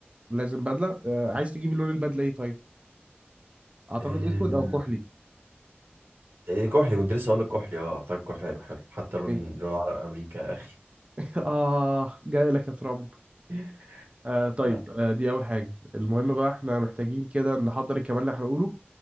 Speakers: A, on the right (about 30°); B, on the right (about 70°).
A: لازم بدله آه عايز تجيب لون البدله ايه طيب اعتقد
B: آه،
A: اسود او كحلي
B: إيه كحلي كنت لسه هقول لك كحلي اه اعتقد كحلي هيبقى حلو حتى لون
A: إيه.
B: لون عرب امريكا يا اخي
A: <laughs> اه جاي لك يا ترامب
B: <laughs>
A: آه طيب
B: يا
A: آه دي اول حاجه المهم بقى احنا محتاجين كده نحضر الكلام اللي هنقوله